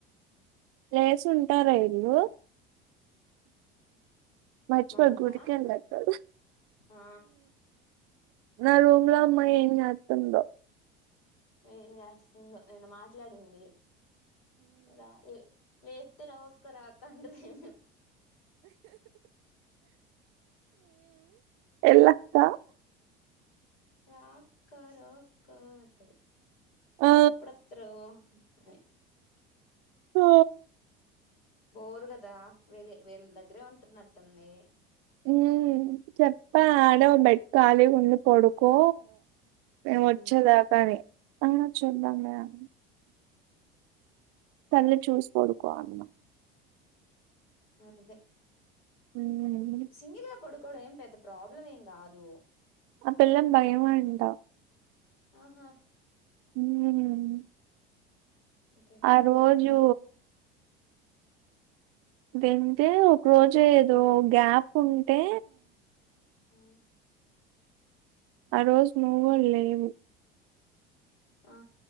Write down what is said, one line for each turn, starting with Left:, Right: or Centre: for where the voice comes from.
Right: లేస్ ఉంటారా ఈల్ళు మర్చిపోయి
Left: మనోళ్ళ
Right: గుడికేల్ ఏట్టరు
Left: ఆ
Right: నా రూమ్ లో అమ్మా ఏం చేస్తుందో
Left: ఏం చేస్తుందో నేను మాట్లాడింది రా ఏ లేస్తదో ఒక్క రాక అంట అది
Right: ఎల్లక్క
Left: అ రా అక్క రా అక్క అంటఅది
Right: ఆ
Left: ఎప్పుడొస్తారు ఐ
Right: అ
Left: బోర్ కదా వీళ వీళ్ళ దగ్గరే ఉంటు ఉన్న అట్టు ఉంది
Right: ఉ చెప్పాల ఆడ బెడ్ కాలి ఉంది పోడు కో మేము
Left: ఉమ్
Right: వచ్చేదాక అనీ ఆ చూద్దాంమ్ లే అని సర్లే చూస్ పోడుకో అన్నా
Left: మరి అదే
Right: ఉమ్,
Left: సింగిల్గా పడుకోవడం ఏం పెద్ద ప్రాబ్లం ఏం కాదు
Right: ఆ పిల్లకి భయమంటా
Left: ఆహా
Right: ఉమ్
Left: ఓకే
Right: ఆ రోజు వింటే ఒక రోజు ఏదో గ్యాప్ ఉంటే
Left: ఉ
Right: ఆ రోజు నువ్వు కూడ లేవు
Left: ఆ